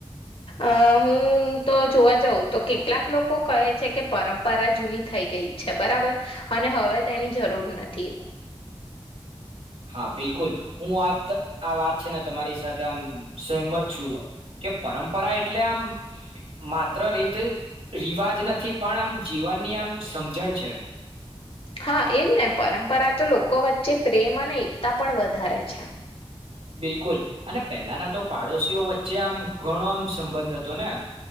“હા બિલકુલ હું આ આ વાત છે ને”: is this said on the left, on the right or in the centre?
Right